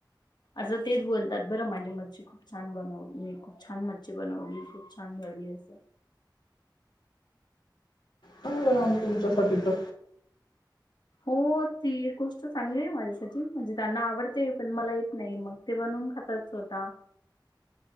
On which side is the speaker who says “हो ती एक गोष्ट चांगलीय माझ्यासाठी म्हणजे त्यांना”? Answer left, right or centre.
Left